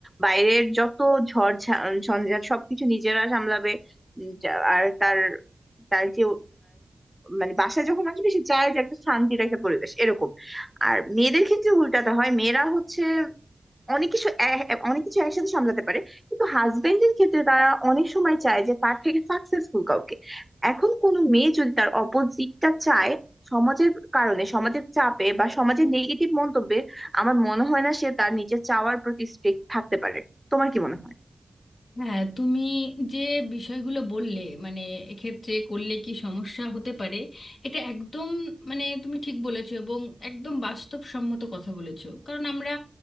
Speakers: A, in the centre; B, on the left (about 80°).
A: বাইরের যত ঝড় ঝা- ঝঞ্ঝাট সবকিছু নিজেরা সামলাবে উম, যা- আর তার তার যে মানে বাসায় যখন আসবে সে চায় যে একটা শান্তির একটা পরিবেশ এরকম আর মেয়েদের ক্ষেত্রে উল্টাটা হয় মেয়েরা হচ্ছে অনেক কিছু এ- এ- অনেক কিছু একসাথে সামলাতে পারে কিন্তু হাজবেন্ডের ক্ষেত্রে তারা অনেক সময় চায় যে তার থেকে সাকসেসফুল কাউকে এখন কোনো মেয়ে যদি তার অপোজিটটা চায় সমাজের কারণে সমাজের চাপে বা সমাজের নেগেটিভ মন্তব্যে আমার মনে হয় না সে তার নিজের চাওয়ার প্রতি স্ট্রিক্ট থাকতে পারে তোমার কি মনে
B: হ্যাঁ তুমি যে বিষয়গুলো বললে মানে এক্ষেত্রে করলে কি সমস্যা হতে পারে এটা একদম মানে তুমি ঠিক বলেছো এবং একদম বাস্তবসম্মত কথা বলেছো কারণ আমরা